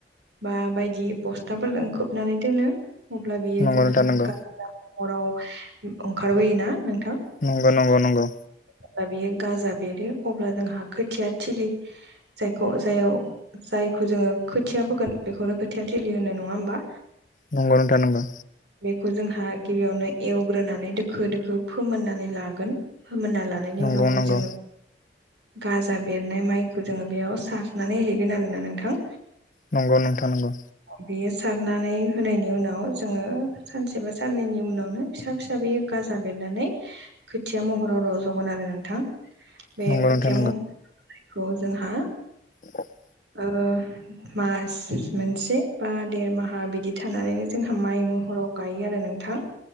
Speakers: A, on the right; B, on the left.
A: बा बायदि बस्थाफोरजों खोबनानै दोनो अब्ला बियो
B: नंगौ
A: जोंहा
B: नोंथां नंगौ
A: गाज नराव ओंखारबोयोना नोंथां
B: नंगौ नंगौ नंगौ
A: अब्ला बियो गाजा बेरो अब्ला जोंहा खोथिया थिलि जायखौ जाय जायखौ जोङो खोथिया फोगोन बेखौनो खोथिया थलि होनो नङा होमबा
B: नंगौ नोंथां नंगौ
A: बेखौ जोंहा गिबियावनो एवग्रोनानै दोखो दोखो फोमोननानै लागोन फोमोन्ना लानायनि
B: नंगौ
A: उनावहाय
B: नंगौ
A: जोङो गाजा बेरनाय माइखौ जोङो बेयाव सारनानै हैगोन आरोना नोंथां
B: नंगौ नोंथां नगौ
A: बेयो सारनानै होनायनि उनाव जोङो सानसे बा साननैनि उनावनो फिसा फिसा बेयो गाज्रि जाबेरनानै खोथिया महराव रज जगोन आरो नोंथां बे
B: नंगौ
A: खोथिया
B: नोंथां
A: महरखौ जोंहा
B: दा <unintelligible>
A: ओ मास मोनसे बा देरमाहा बिदि थानानैनो जोंहा माइ महराव गायो आरो नोंथां